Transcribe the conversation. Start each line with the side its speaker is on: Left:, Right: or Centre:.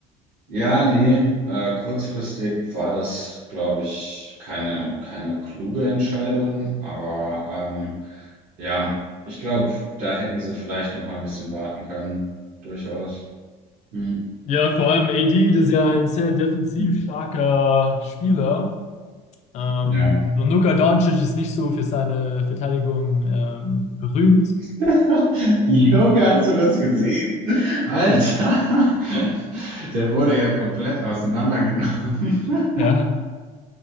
Right: Ja, nee, äh, kurzfristig war das, glaube ich, keine, keine kluge Entscheidung, aber ähm, ja, ich glaube, da hätten sie vielleicht noch mal ein bisschen warten können, durchaus. Hm.
Left: Ja, vor allem AD, das ist ja ein sehr defensiv
Right: Mhm.
Left: starker Spieler. Ähm,
Right: Ja.
Left: und Luka Doncic ist nicht so für seine Verteidigung ähm, berühmt.
Right: <laughs> Junge, hast du das gesehen? Alter, <laughs> der wurde ja komplett auseinandergenommen. <laughs>
Left: Ja.